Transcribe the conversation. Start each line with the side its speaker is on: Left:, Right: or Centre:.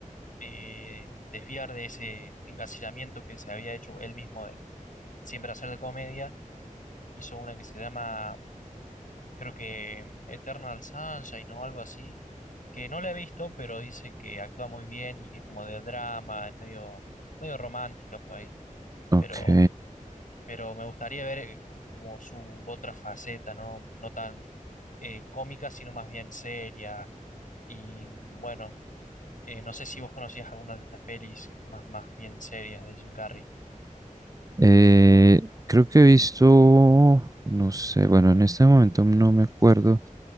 Left: de desviar de ese encasillamiento que se había hecho él mismo de siempre hacer de comedia. Hizo una que se llama, creo que em, Eternal Sunshine o algo así, que no la he visto, pero dicen que actúa muy bien y es como de drama, es medio, medio romántica por ahí.
Right: Ok.
Left: pero, pero me gustaría ver eh, co- como su otra faceta, ¿no? No tan eh, cómica, sino más bien seria. Y bueno, eh, no sé si vos conocías alguna de estas pelis más, más bien serias de Jim Carrey.
Right: Eh, creo que he visto, no sé, bueno, en este momento no me acuerdo